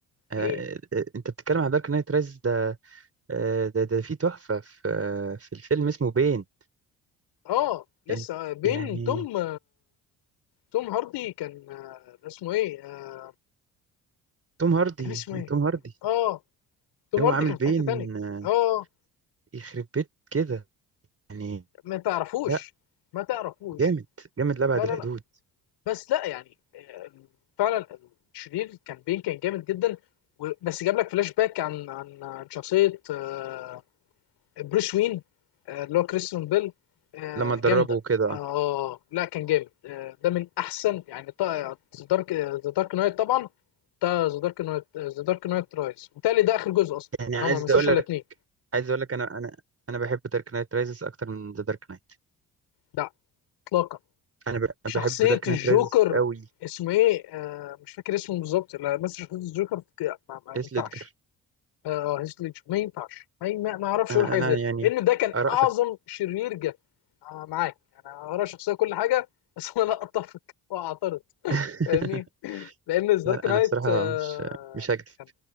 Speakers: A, on the right (about 35°); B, on the left (about 65°).
A: آه
B: ايه
A: آه، انت بتتكلم عن دارك نايت رايز ده آه ده ده في تحفه في آه في الفيلم اسمه بين
B: اه لسه
A: إن-
B: بين
A: يعني
B: توم توم هاردي كان آه، اسمه ايه آه،
A: توم هاردي
B: كان اسمه ايه
A: توم هاردي
B: اه توم
A: هو
B: هاردي
A: عامل
B: كان
A: بين
B: في حتة تانية
A: آه
B: اه
A: يخرب بيت كده يعني
B: ما تعرفوش
A: لا
B: ما تعرفوش
A: جامد جامد لأبعد
B: لا
A: الحدود
B: لا لا بس لا يعني آه، فعلا الشرير كان بين كان جامد جدا و- بس جاب لك فلاش باك عن عن عن شخصية آه، بروس وين آه، اللي هو كريستيان بيل آه،
A: لما
B: جامدة
A: تدربه كده
B: اه لا كان جامد آه، ده من احسن يعني ذا دارك ذا دارك نايت طبعا ده ذا دارك نايت ذا دارك نايت رايز وبالتالي ده اخر جزء اصلا
A: يعني
B: يعني
A: عايز
B: هو ما مثلش
A: اقول لك
B: الا اتنين
A: عايز اقول لك انا انا انا بحب دارك نايت رايزز اكتر من ذا دارك نايت
B: لا اطلاقا
A: انا ب-
B: شخصيه
A: بحب دارك
B: الجوكر
A: نايت رايزز قوي
B: اسمه ايه آه مش فاكر اسمه بالظبط لا مثل شخصيه الجوكر في- ما, ما
A: هيث
B: ينفعش
A: ليدجر
B: اه آه، هيث ليدجر ما ينفعش ما, ما ما اعرفش
A: انا
B: اقول حاجه زي كده.
A: يعني
B: لان ده كان
A: اراء
B: اعظم
A: شخص
B: شرير جه آه معاك يعني انا ارى شخصيه كل حاجه بس انا لا اتفق واعترض
A: <laughs>
B: فاهمني
A: لا
B: <clears throat> لان ذا دارك
A: لا،
B: نايت
A: انا بصراحه
B: آه
A: مش مش هكدب
B: كان